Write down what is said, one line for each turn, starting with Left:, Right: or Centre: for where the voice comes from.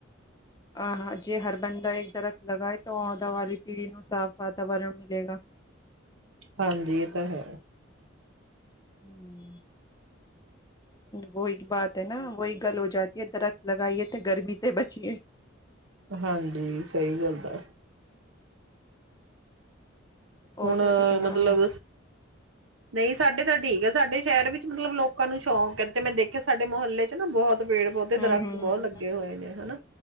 Left: ਆਹ ਹਾਂ ਜੇ ਹਰ ਬੰਦਾ ਇੱਕ ਦਰਖਤ ਲਗਾਏ। ਤਾਂ ਅਹੁਦਾ ਵਾਲੀ ਪੀੜੀ ਨੂੰ ਸਾਫ਼ ਵਾਤਾਵਰਨ ਮਿਲੇਗਾ।
Right: ਹਾਂਜੀ ਇਹ ਤਾਂ ਹੈ।
Left: ਹੂ ਵਹੀ ਬਾਤ ਹੈ ਨਾ ਵਹੀ ਗਲ ਹੋ ਜਾਤੀ ਹੈ ਦਰਖਤ ਲਗਾਈਏ ਤੇ ਗਰਮੀ ਤੇ ਬਚੀਏ
Right: ਹਾਂਜੀ ਸਹੀ ਗੱਲ ਆ
Left: ਹੋਰ
Right: ਹੁਣ
Left: ਤੁਸੀਂ ਸੁਣਾਓ
Right: ਮਤਲਬ ਨਹੀਂ ਸਾਡੇ ਤਾਂ ਠੀਕ ਹੈ ਸਾਡੇ ਸ਼ਹਿਰ ਵਿੱਚ ਮਤਲਬ ਲੋਕਾਂ ਨੂੰ ਸ਼ੌਂਕ ਹੈ ਤੇ ਮੈਂ ਦੇਖਿਆ ਸਾਡੇ ਮੁਹੱਲੇ ਚ ਨਾ ਬਹੁਤ ਪੇੜ ਪੌਦੇ ਦਰਖਤ
Left: ਹਮ ਹਮ
Right: ਬਹੁਤ ਲੱਗੇ ਹੋਏ ਨੇ ਹਨਾ